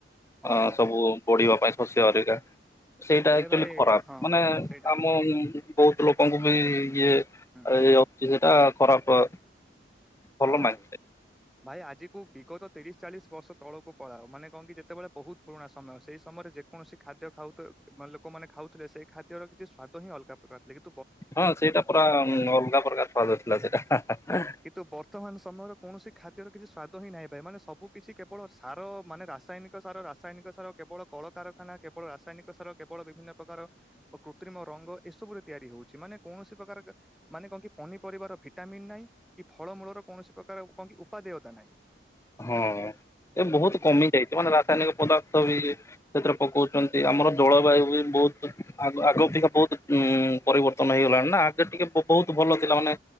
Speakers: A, in the centre; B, on the left (about 15°).
A: ହଁ
B: ଆ ସବୁ ବଢିବା ପାଇଁ। ଶଶ୍ୟହରିକା ସେଇଟା
A: ହେଲେ
B: ଆକଚୋଲି
A: ଭାଇ
B: ଖରାପ
A: ହଁ
B: ମାନେ
A: ସେଇଟା
B: ଆମେ ବୋହୁତ ଲୋକଙ୍କୁ ବି ଇଏ
A: ହୁଁ
B: ଆଏ ଅତିଶୟଟା ଖରାପ। ଭଲ
A: ହଁ।
B: ନାହିଁ।
A: ଭାଇ ଆଜିକୁ ବିଗତ ତିରିଶ ଚାଳିଶ ବର୍ଷ ତଳକୁ ପଳାଅ ମାନେ କଣ କି ଯେତେବେଳେ ବୋହୁତ ପୁରୁଣା ସମୟ ସେଇ ସମୟରେ ଯେ କୌଣସି ଖାଦ୍ୟ ଖାଉ ତ ମାନେ ଲୋକମାନେ ଖାଉଥିଲେ ସେଇ ଖାଦ୍ୟର କିଛି ସ୍ଵାଦ ହିଁ ଅଲଗା ପ୍ରକାର ଥିଲା କି
B: ହଁ ସେଇଟା ପୁରା ଅଲଗା ପ୍ରକାର ସ୍ଵାଦ ଥିଲା ସେଇଟା ହା ହା।
A: କିନ୍ତୁ ବର୍ତ୍ତମାନ ସମୟରେ କୌଣସି ଖାଦ୍ୟର କିଛି ସ୍ୱାଦ ହିଁ ନାହିଁ ଭାଇ ମାନେ ସବୁ କିଛି କେବଳ ସାର ମାନେ ରାସାୟନିକ ସାର ରାସ୍ ରାସାୟନିକ ସାର କେବଳ କଳକାରଖାନା କେବଳ ରାସାୟନିକ ସାର କେବଳ ବିଭିନ୍ନ ପ୍ରକାର ଓ କୃତ୍ରିମ ରଙ୍ଗ ଏସବୁରେ ତିଆରି ହୋଉଚି ମାନେ କୌଣସି ପ୍ରକାର ଏକ ମାନେ କଣ କି ପନିପରିବାର ଭିଟାମନ୍ ନାହିଁ କି ଫଳମୂଳର କୌଣସି ପ୍ରକାର କଣ ଉପାଦେୟତା ନାହିଁ।
B: ହଁ ଏ ବୋହୁତ କମିଯାଇଚି ମାନେ ରାସାୟନିକ ପଦାର୍ଥ ବି ସେଥିରେ ପକୋଉଚନ୍ତି ଆମର ଜଳବାୟୁ ବି ବୋହୁତ ଆଗ-ଆଗ ଅପେକ୍ଷା ବୋହୁତ ଉଁ ପରିବର୍ ତ୍ତନ ହେଇଗଲାଣି ନା ଆଗେ ଟିକେ ବୋ-ବୋହୁତ ଭଲ ଥିଲା ମାନେ